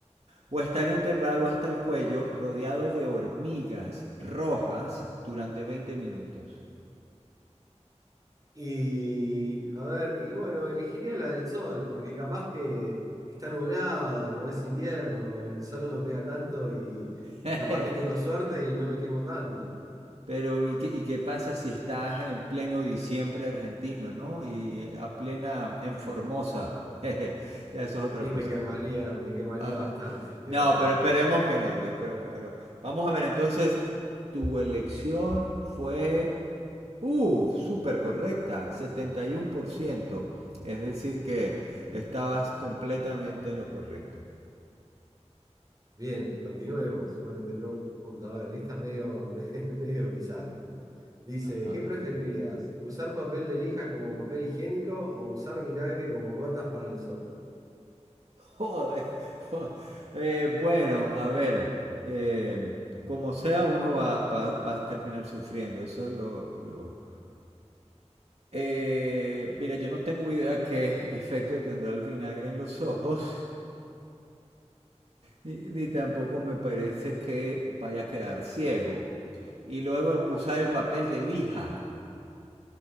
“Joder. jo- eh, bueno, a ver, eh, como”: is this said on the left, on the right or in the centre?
Right